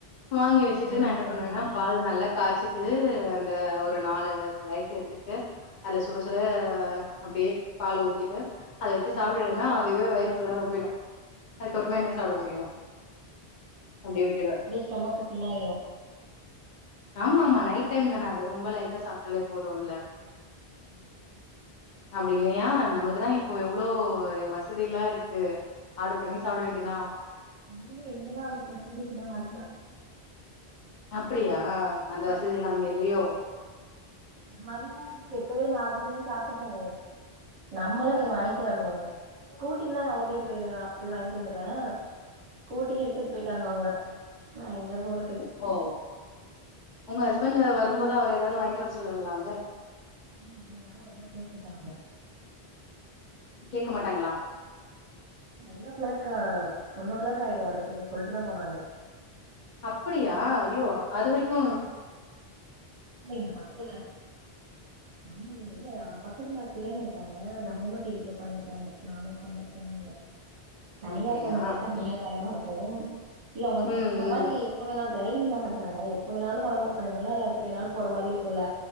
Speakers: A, on the left; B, on the right.
A: வாங்கி வச்சிட்டு
B: சாண்ட்விச்
A: நா என்ன
B: போட்றீங்களா
A: பண்ணுவேன்னா பால் நல்லா காச்சிட்டு அந்த ஒரு
B: ம்
A: நாலு ஸ்லைஸ் எடுத்துக்ட்டு அதுல சுட சுட அப்டியே பால ஊத்திட்டு அத வச்சு
B: ம்
A: சாப்டுனுன்னா அதுவே வயிரு புல்லா ரொம்பிடு
B: ம்
A: அதுக்கப்புறமா
B: ஆமா
A: என்ன சாபட முடியு அப்டியே விட்டுருவே
B: ஸ் டொமக்கு புல் ஆயிரு
A: ஆமா மா நைட் டைம் தான அது ரொம்ப லைட்டா சாப்ட்டாலே போதுன்ல
B: ம்
A: அப்டி இல்லயா நம்மளுக்குதா இப்போ இவ்ளோ வசதி எல்லா இருக்கு ஆட்ரு பன்னி சாப்ட வேண்டியதா
B: நீங்க எங்கெல்லா அந்த பிரசந்திக்குன்னா வர்ல
A: அப்டியா அந்த வசதிலா அங்கில்லயோ
B: மரினாஇருந்தா எப்வே நா ஆஞாரு பண்ணி சாப்ட்டுருக்கேனே நம்மல்லா போய் வாங்கிட்டு வரணு ஸ்கூட்டில்லா ஓட்டிட்டு போயிருவே அப்டி வாங்கிட்டு வந்துருவே ஸ்கூட்டிய எடுத்துட்டு போயிட்டாங்க அவுங்க ஆ எங்க போறது
A: ஓ ஓ உங்க ஹஸ்பண்ட் வரும்போது அவரு எதாவுது வாங்கிட்டு வர சொல்லிலால்ல
B: ஏன்னா அவுக வேர ஒன்ன பேத்துட்டாகோ
A: கேக்க மாட்டாங்களா
B: one o'clock one o'clock ஆயிடு வர்றதுக்கு சொல்ட்டு தா போனாங்க
A: அப்புடியா ஐயோ அது வரைக்கு
B: இல்லேங் இங்க பக்கத்துல ஆமால இல்ல பக்கத்துல பிள்ளைங்க இருக்காங்க அந்த ஹோம் ஒர்க் எய்திட்டு உக்காந்துருக்காங்க நானு உக்காந்துருக்கே வுல்ல தனியா
A: அப்படியா?
B: இருக்க மாட்டே தனியா பயமா இருக்கு இல்ல அவ்ங்களுக்
A: ம்,
B: சவாரி
A: ம்.
B: இப்ப வேணா டிரரைவிங் தா பண்றங்க எப்ப வேணாலு வரு அதுனால எப்ப வேணாலு போற மாரி இருக்குல்ல